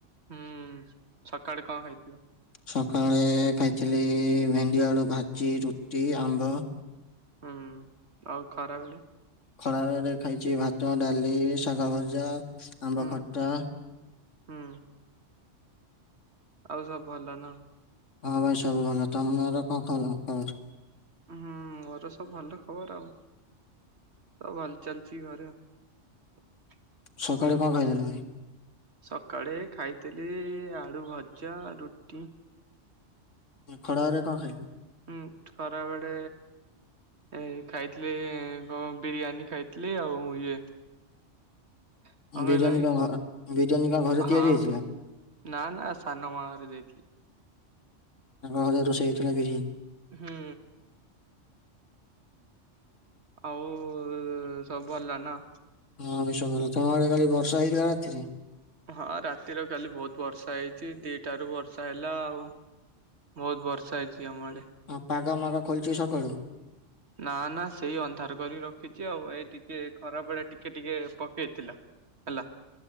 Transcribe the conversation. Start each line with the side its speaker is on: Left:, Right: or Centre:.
Right: ହୁଁ ସକାଳେ କଣ ଖାଇଥିଲ?
Left: ସକାଳେ ଖାଇଥିଲି ଭେଣ୍ଡି ଆଳୁ ଭାଜି, ରୁଟି, ଆମ୍ବ।
Right: ହୁଁ, ଆଉ ଖରାବେଳେ?
Left: ଖରାବେରେ ଖାଇଛି ଭାତ, ଡାଲି, ଶାଗ ଭଜା, ଆମ୍ବ
Right: ହୁଁ
Left: ଖଟା।
Right: ହୁଁ। ଆଉ ସବୁ ଭଲ ନା।
Left: ହଁ ଭାଇ ସବୁ ଭଲ। ତମର କଣ ଭଲ ଖବର?
Right: ହୁଁ ମୋର ସବୁ ଭଲ ଖବର ଆଉ। ଆଉ ଭଲ ଚାଲିଛି ଘରେ ଆଉ
Left: ସକାଳେ କଣ
Right: ହୁଁ।
Left: ଖାଇଥିଲ ଭାଇ?
Right: ସକାଳେ ଖାଇଥିଲି ଆଳୁ ଭଜା, ରୁଟି।
Left: ଖରା ବେଳେ ର କଣ ଖାଇଲ?
Right: ହୁଁ, ଖରାବେଳେ। ଏ ଖାଇଥିଲି କଣ ବିରିୟାନୀ ଖାଇଥିଲି ଆଉ ଇଏ। କଣ
Left: ବିରିୟାନୀ
Right: କହିଲ ଏଇ
Left: କଣ ବିରିୟାନୀ କଣ ଘରେ
Right: ହଁ
Left: ତିଆରି ହେଇଥିଲା?
Right: ନା ନା ସାନ ମା ଘରେ ଦେଇଥିଲେ।
Left: ତାଙ୍କ ଘରେ ରୋଷେଇ ହେଇଥିଲା ବିରିୟାନି।
Right: ହୁଁ। ଆଉ ସବୁ ଭଲ ନା?
Left: ହଁ ଆମେ ସବୁ ଭଲ। ତମ ଆଡେ କାଲି ବର୍ଷା ହେଇଥିଲା ରାତିରେ?
Right: ହଁ ରାତିରେ କାଲି ବହୁତ ବର୍ଷା ହେଇଛି। ଦିଟା ରୁ ବର୍ଷା ହେଲା ଆଉ। ବହୁତ ବର୍ଷା ହେଇଛି ଆମ ଆଡେ।
Left: ହଁ ପାଗ ମାଗ ଖୋଲିଛି ସକାଳୁ?
Right: ନା ନା ସେଇ ଅନ୍ଧାର କରି ରଖିଛି ଆଉ। ଏଇ ଟିକେ ଖରାବେଳେ ଟିକେ ଟିକେ ପକେଇଥିଲା। ହେଲା।